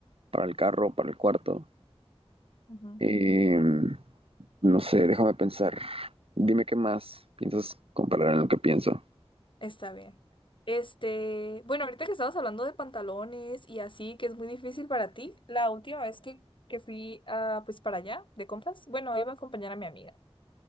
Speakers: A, on the right; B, on the left.
A: para el carro, para el cuarto.
B: Ujú.
A: Em, no sé, déjame pensar. Dime qué más piensas comparar en lo que pienso.
B: Está bien. Este, bueno, ahorita que estabas hablando de pantalones y así, que es muy difícil para ti, la última vez que, que fui a, pues para allá de compras, bueno, iba a acompañar a mi amiga.